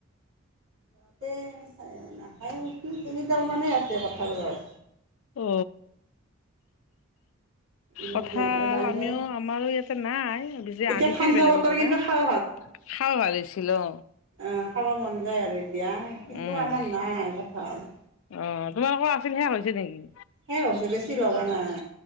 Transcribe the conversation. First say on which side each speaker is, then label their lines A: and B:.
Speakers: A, on the right; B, on the left.
A: সিহঁতে খা নাখায় নেকি তিনিডাল মানে আছে কঁঠাল গছ
B: অ
A: বহুত
B: কঁঠাল
A: লাগে বান্দৰ
B: আমিও আমাৰো ইয়াতে নাই যদিও
A: এতিয়া
B: আনিছিল
A: ঠাণ্ডা
B: বেলেগৰ
A: বতৰ
B: পৰা
A: কিন্তু খাব
B: খাও ভাৱিছিলো।
A: অহ খাব মন যায় আৰু এতিয়া কিন্তু
B: উম
A: আমাৰ নাই কথা আৰু
B: অ, তোমালোকৰ আছিল সেয়া হৈছে নেকি।
A: সেয়াই হৈছে বেছি লগা নাই